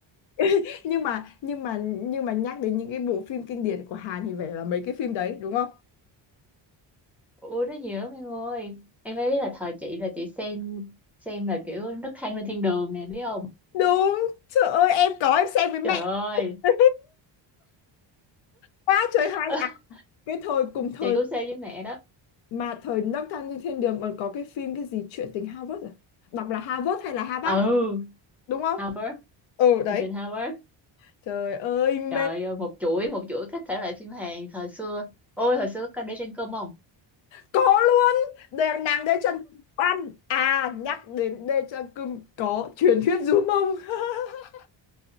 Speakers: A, on the left (about 75°); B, in the centre.
A: <laughs> nhưng mà nhưng mà nhưng mà nhắc đến những cái bộ phim kinh điển của Hàn thì phải là mấy cái phim đấy đúng không
B: ủa nó nhiều lắm em ơi em phải biết là thời chị là chị xem xem là kiểu nấc thang lên thiên đường nè biết không
A: Đúng, trời ơi em có em xem với mẹ
B: trời ơi
A: <laughs> quá trời
B: <laughs>
A: hay à cái thời cùng thời
B: chị cũng xem với mẹ đó
A: mà thời nấc thang trên thiên đường còn có cái phim cái gì chuyện tình Harvard à đọc là Harvard hay là Harvard
B: ừ
A: đúng không
B: Harvard
A: ừ đấy
B: Ethan Harvard
A: trời ơi mê
B: Trời ơi, một chuỗi, một chuỗi các thể loại phim Hàn thời xưa. Ôi, hồi xưa có coi để trên cơm không?
A: có luôn đèn nàng Đê Trần Kim Oan à nhắc đến Đê Trần Kim có truyền thuyết du mông <laughs>